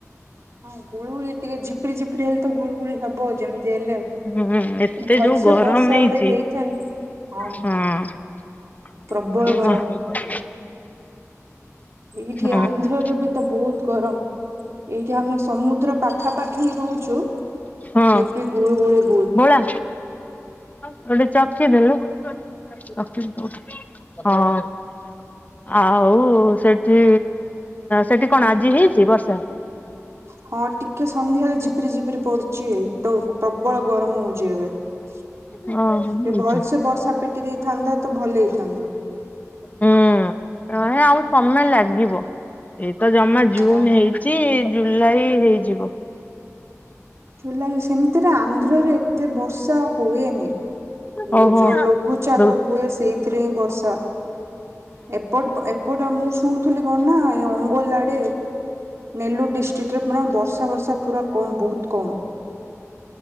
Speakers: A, on the right; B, on the left.
A: ହଁ ଗୁଳୁଗୁଳି ଟିକେ ଝିପିରି ଝିପିରି ହେଲେ ତ ଗୁଳୁଗୁଳି ହବ ଯେମିତି ହେଲେ।
B: ହୁଁ ଏତେ
A: ଭଲସେ
B: ଯୋଉ ଗରମ
A: ବର୍ଷା
B: ହେଇଛି
A: ଗୋଟେ ହେଇଥାନ ହଁ।
B: ହଁ
A: ପ୍ରବଳ
B: ହଁ।
A: ଗରମ। ଏଇଠି
B: ହଁ
A: ଆନ୍ଧ୍ରରେ ବି ତ ବହୁତ ଗରମ। ଏଇଠି ଆମେ ସମୁଦ୍ର ପାଖାପାଖି ରହୁଛୁ ଫିରବି
B: ହଁ
A: ଗୁଳୁ ଗୁଳି ବହୁତ।
B: ଭୋଳା ହଁ। ଆଉ ସେଠି ସେଠି କଣ ଆଜି ହେଇଛି ବର୍ଷା।
A: ହଁ ଟିକେ ସନ୍ଧ୍ୟାରେ ଝିପରି ଝିପିରି ପଡୁଛି ତ ପ୍ରବଳ ଗରମ ହଉଛି ଏବେ। ଟିକେ
B: ଓହୋ ଦଉଛନ୍ତି।
A: ଭଲ ସେ ବର୍ଷା ପିଟି ଦେଇଥାନ୍ତା ତ ଭଲ ହେଇଥାନ୍ତା।
B: ହୁଁ ନାଇଁ ଆଉ ସମୟ ଲାଗିବ ଏଇ ତ ଜମା ଜୁନ
A: ହଁ।
B: ହେଇ ଛି ଜୁଲାଇ ହେଇଯିବ।
A: ଲାଇ ସେମିତିରେ ଆନ୍ଧ୍ରରେ ଏତେ ବର୍ଷା ହୁଏନି।
B: ଓହୋ
A: ଏ ଯୋଉ
B: ହୁଁ
A: ଲଘୁଚାପ ହୁଏ ସେଇଥିରେ ହିଁ ବର୍ଷା ଏପ ଏ ପଟା ମୁଁ ଶୁଣୁଥିଲି କଣ ନା ଏଇ ଅଙ୍ଗୋଲା ଆଡେ ନେଲୋ ଡିଷ୍ଟ୍ରିକ୍ଟ ରେ ପୁର ବର୍ଷା ବର୍ଷା ବର୍ଷା ପୁରା କମ ବହୁତ କମ୍।